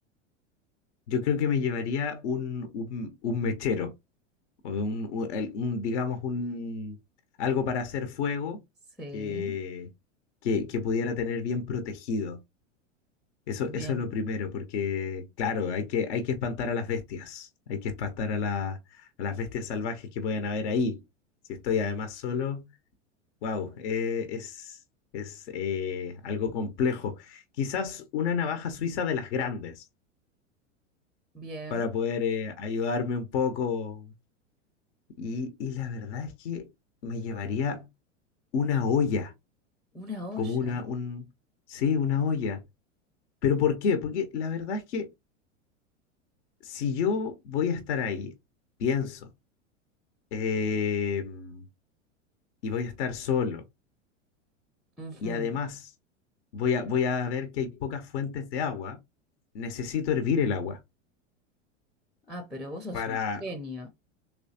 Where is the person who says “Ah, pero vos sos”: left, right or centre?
Centre